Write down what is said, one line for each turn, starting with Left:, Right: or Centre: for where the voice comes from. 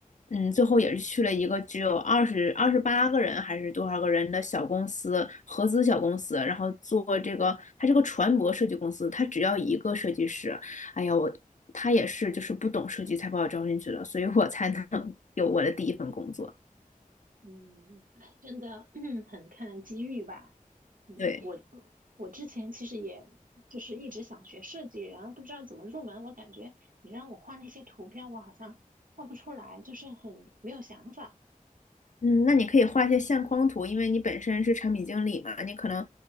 Left: 嗯，最后也是去了一个只有二十二十八个人还是多少个人的小公司，合资小公司，然后做这个，它是个船舶设计公司，它只要一个设计师，哎呀，我他也是就是不懂设计才把我招进去的，所以我才能 <laughs> 有我的第一份工作。
Right: 嗯，真的，<clears throat> 很看机遇吧。嗯，
Left: 对，
Right: 我我之前其实也就是一直想学设计，然后不知道怎么入门。我感觉你让我画那些图标，我好像画不出来，就是很没有想法。
Left: 嗯，那你可以画一些相框图，因为你本身是产品经理嘛，你可能